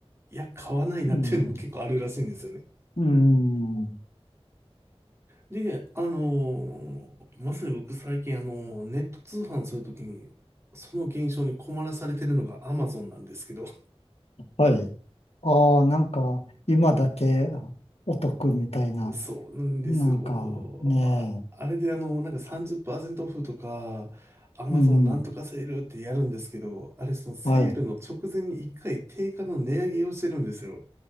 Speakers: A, on the right; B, on the left.
A: いや、買わないなっていうのも結構あるらしいんですよね。
B: うん。うん。
A: で、あのーまさに僕最近あのーネット通販するときに、その現象に困らされてるのが Amazon なんですけど、
B: はい。ああ、なんか、今だけお得みたいな、
A: <laughs> そうなんですよ。
B: なんか、ね
A: あ、あれであのなんか30%オフとか、Amazon
B: え。うん。
A: なんとかセールってやるんですけど、あれそのセールの直前に一回定価の値上げをしてるんですよ。
B: はい。